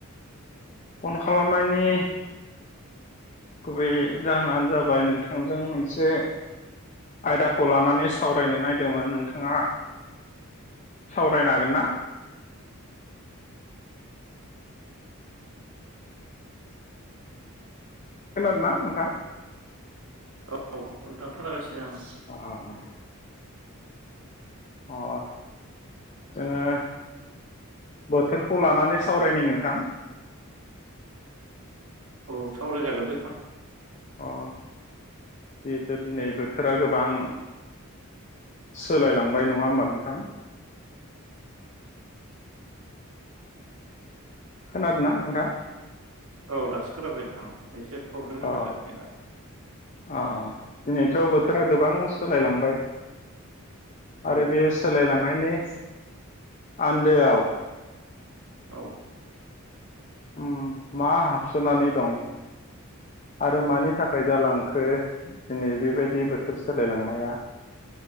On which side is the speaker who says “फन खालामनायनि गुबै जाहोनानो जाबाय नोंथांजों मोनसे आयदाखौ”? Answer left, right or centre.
Left